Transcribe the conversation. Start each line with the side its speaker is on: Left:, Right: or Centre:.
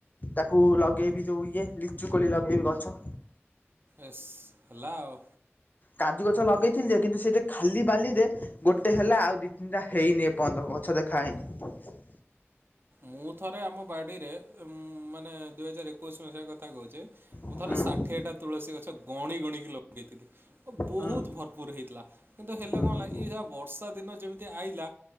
Left: ତାକୁ ଲଗେଇବି ଯୋଉ ଇଏ, ଲିଚୁ କୋଳି ଲଗେଇବି ଗଛ।
Right: ଏସ୍ ହେଲା ଆଉ।
Left: କାଜୁ ଗଛ ଲଗେଇଥିଲି ଯେ, କିନ୍ତୁ ସେଇଠି ଖାଲି ବାଲିରେ ଗୋଟେ ହେଲା ଆଉ ଦିଇ ତିନିଟା ହେଇନି ଏ ପ ର୍ଯ୍ୟନ୍ତ ଗଛ ଦେଖାହଇନି।
Right: ମୁଁ ଥରେ ଆମ ବାଡ଼ିରେ, ମାନେ ଦୁଇ ହଜାର ଏକୋଇଶି ମସିହା କଥା କହୁଛି। ମୁଁ
Left: ହୁଁ
Right: ଥରେ ଷାଠିଏଟା ତୁଳସୀ ଗଛ, ଗଣି ଗଣିକି ଲଗେଇଥିଲି। ବହୁତ
Left: ହୁଁ
Right: ଭରପୁର ହେଇଥିଲା, କିନ୍ତୁ ହେଲେ
Left: ହୁଁ
Right: କଣ ହେଲା ଏ ଶଳା ବର୍ଷା ଦିନ ଯେମିତି ଆଇଲା।